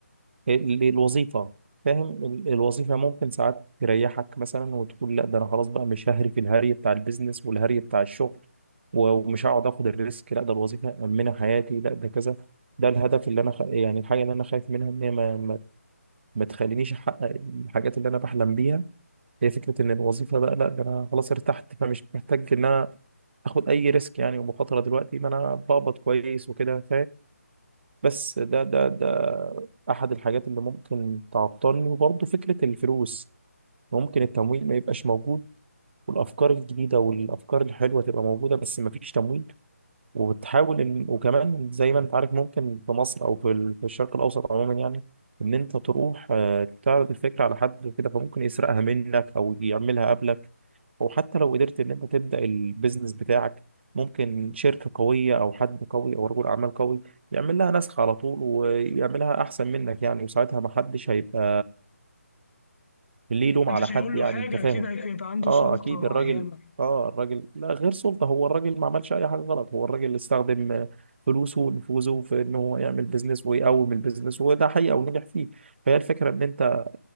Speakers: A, on the right; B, on the left.
A: ال- الوظيفة فاهم ال- الوظيفة ممكن ساعات تريحك مثلا وتقول لا ده أنا خلاص بقى مش ههري في الهري بتاع البيزنس والهري بتاع الشغل و- ومش هقعد آخد الريسك لا ده الوظيفة مأمنة حياتي لا ده كذا ده الهدف اللي أنا خ... يعني الحاجة اللي أنا خايف منها إن هي ما, ما... ما تخلينيش أحقق الحاجات اللي أنا بحلم بيها هي فكرة إن الوظيفة بقى لا ده أنا خلاص ارتحت فمش محتاج إن أنا آخد أي ريسك يعني ومخاطرة دلوقتي ما أنا بقبض كويس وكده بس ده ده ده احد الحاجات اللي ممكن تعطلني وبرضه فكره الفلوس ممكن التمويل ما يبقاش موجود والافكار الجديده والافكار الحلوه تبقى موجوده بس ما فيش تمويل وبتحاول ان وكمان زي ما انت عارف ممكن في مصر او في ال- في الشرق الاوسط عموما يعني ان انت تروح آه، تعرض الفكره على حد وكده فممكن يسرقها منك او يعملها قبلك او حتى لو قدرت ان انت تبدا البيزنس بتاعك ممكن شركه قويه او حد قوي او رجل اعمال قوي يعمل لها نسخ على طول ويعملها احسن منك يعني وساعتها ما حدش هيبقى اللي يلوم
B: محدش
A: على حد
B: هيقول له
A: يعني
B: حاجة
A: انت فاهم
B: كده يبقى عنده
A: اه
B: سلطة
A: اكيد
B: معينة
A: الراجل اه الراجل لا غير سلطة هو الراجل ما عملش اي حاجة غلط هو الراجل اللي استخدم آه، فلوسه ونفوذه في ان هو يعمل بيزنس ويقوم البيزنس وده حقيقة ونجح فيه فهي الفكرة ان انت آه،